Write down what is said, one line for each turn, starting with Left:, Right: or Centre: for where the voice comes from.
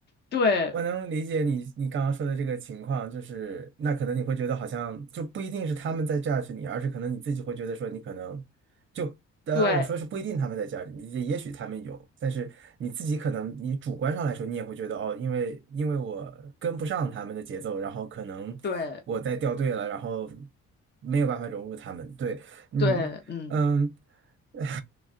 Left: 对
Right: 我能理解你你刚刚说的这个情况，就是那可能你会觉得好像就不一定是他们在 judge 你，而是可能你自己会觉得说你可能就当然我说是不一定他们在
Left: 对
Right: judge 你，也也许他们有，但是你自己可能你主观上来说你也会觉得哦，因为因为我跟不上他们的节奏，然后可能我在掉队了，
Left: 对
Right: 然后没有办法融入他们。对，嗯嗯
Left: 对，嗯。
Right: <laughs>